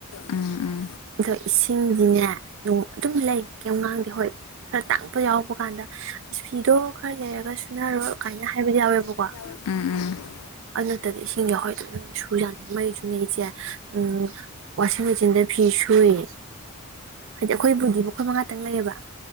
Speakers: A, on the left; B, on the right.
A: ꯎꯝ ꯎꯝ
B: ꯑꯗꯣ ꯏꯁꯤꯡꯗꯤꯅꯦ ꯅꯣ ꯑꯗꯨꯝ ꯂꯩ ꯀꯩꯝ ꯉꯥꯡꯗꯦ ꯍꯣꯏ ꯈꯔ ꯇꯥꯡꯉꯛꯄ ꯌꯥꯎꯕ ꯀꯥꯟꯗ ꯏꯁ ꯐꯤꯗꯣ ꯈꯔ ꯂꯩꯔꯒ ꯁꯨꯅꯔꯣ ꯀꯥꯏꯅ ꯍꯥꯏꯕꯗꯤ ꯌꯥꯎꯋꯦꯕꯀꯣ
A: ꯑꯩꯈꯣꯏ
B: ꯑꯗꯨ ꯅꯠꯇꯗꯤ ꯏꯁꯤꯡꯌꯥꯎ ꯑꯗꯨꯝ ꯁꯨ ꯖꯥꯅꯤ ꯃꯩꯁꯨꯅꯦ ꯏꯆꯦ ꯎꯝ ꯋꯥꯁꯤꯡ ꯃꯦꯆꯤꯟꯗ ꯐꯤ ꯁꯨꯏ ꯍꯥꯏꯗꯤ ꯑꯈꯣꯏꯕꯨꯗꯤ ꯃꯈꯣꯏ ꯃꯉꯥꯇꯪ ꯂꯩꯌꯦꯕ